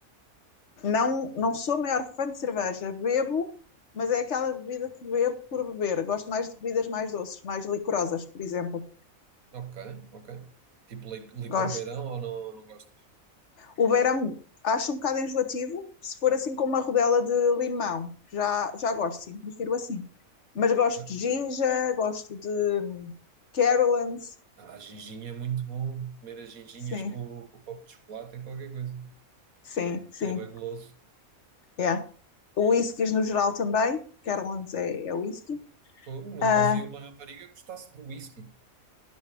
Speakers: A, on the left (about 55°); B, on the right (about 80°).
A: não, não sou a maior fã de cerveja, bebo, mas é aquela bebida que bebo por beber. Gosto mais de bebidas mais doces, mais licorosas, por exemplo.
B: Ok, ok. Tipo li- licor
A: Gosto
B: beirão ou não, não gostas?
A: O beirão acho um bocado enjoativo, se for assim com uma rodela de limão. Já, já gosto, sim, prefiro assim. Mas gosto
B: Ok.
A: de ginger, gosto de Carolans,
B: Ah, a ginginha é muito bom. Comer as ginginhas
A: sim,
B: com, o- com o copo de chocolate é qualquer coisa.
A: sim, sim,
B: É bem goloso.
A: yeah. Whiskies no geral também, Carolans é, é whisky.
B: Fogo, nunca
A: Ah,
B: ouvi uma rapariga que gostasse de whisky.